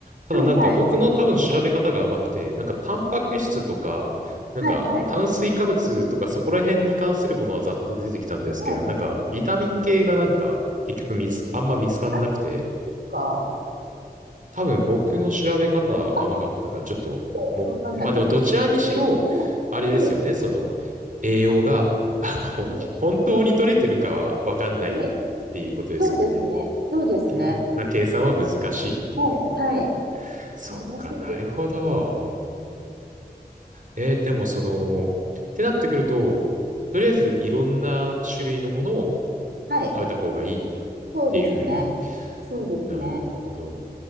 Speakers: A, on the right; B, on the right.
A: ただなんか僕の多分調べ方が甘くて、
B: はい、はい、
A: なんかタンパク質とか、なんか炭水化物とかそこら辺に関するものはざっと出てきたんですけど、
B: はい、はい。はい、はい、
A: なんかビタミン系がなんか結局見つ、
B: はい。
A: あんま見つかんなくて、
B: あ、ですか
A: 多分僕の調べ方甘かったから、
B: あ、ち
A: ちょっと、
B: ょっとわかんないですけれど。
A: も、まあでもどちらにしろ、
B: はい、
A: あれですよね、
B: はい、
A: その、栄養が、<laughs> あの、
B: は
A: 本当に取れてるかはわかんないっていうことですよね。
B: い、はい。そうですね。そうですね。
A: 厳密な計算は難しいっていう。
B: はい、はい。
A: そっかなるほど。
B: 難しいですね。
A: えーでもその、ってなってくると、とりあえずいろんな種類のものを
B: はい、はい
A: 食べた方がいいっていうふうに
B: そうですね。そうですね。
A: なるほど。